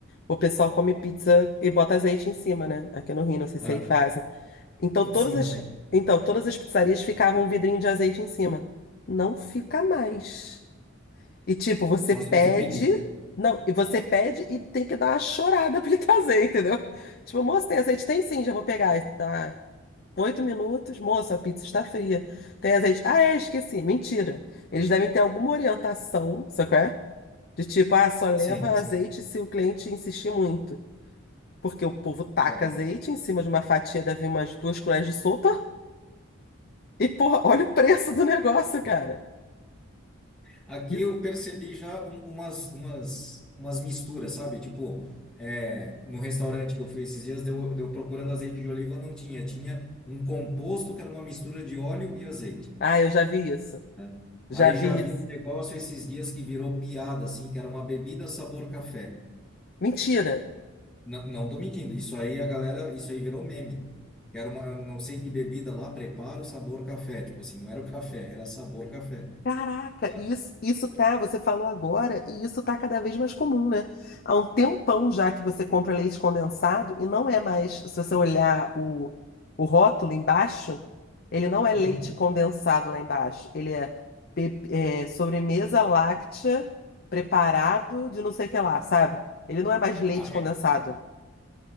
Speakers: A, on the left; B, in the centre.
A: o pessoal come pizza e bota azeite em cima, né? Aqui no Rio, não sei se
B: Ah,
A: aí fazem. Então,
B: putz,
A: todas
B: sim,
A: as,
B: também.
A: então, todas as pizzarias ficavam um vidrinho de azeite em cima. Não fica mais. E tipo, você
B: Só se
A: pede.
B: você pedir.
A: Não, e você pede e tem que dar uma chorada <laughs> pra ele trazer, entendeu? Tipo, moço, tem azeite? Tem sim, já vou pegar. E Dá oito minutos, moço, a pizza está fria. Tem azeite? Ah, é, esqueci. Mentira. Eles devem ter alguma orientação, sabe qual é? De tipo, ah, só leva
B: Sim,
A: azeite
B: sim.
A: se o cliente insistir muito. Porque o povo taca
B: Caramba.
A: azeite em cima de uma fatia, deve umas duas colheres de sopa. E, porra, olha o preço do negócio, cara.
B: Aqui
A: Isso.
B: eu percebi já um- umas, umas, umas misturas, sabe? Tipo, é, no restaurante que eu fui esses dias, deu, deu procurando azeite de oliva, não tinha. Tinha um composto que era uma mistura de óleo e azeite.
A: Ah, eu já vi isso.
B: né? Aí
A: Já vi
B: já vi
A: isso.
B: um negócio esses dias que virou piada, assim, que era uma bebida sabor café.
A: Mentira.
B: Não, não tô mentindo, isso aí a galera, isso aí virou meme. Que era uma, não sei que bebida lá, preparo sabor café. Tipo assim, não era o café, era sabor café,
A: Caraca,
B: sabe?
A: e isso, isso tá, você falou agora, e isso tá cada vez mais comum, né? Há um tempão já que você compra leite condensado e não é mais, se você olhar o, o rótulo embaixo, ele não é leite
B: Hum,
A: condensado lá embaixo, ele é, be- é, sobremesa láctea preparado de não sei o que lá, sabe? Ele não é mais leite
B: ah,
A: condensado.
B: é.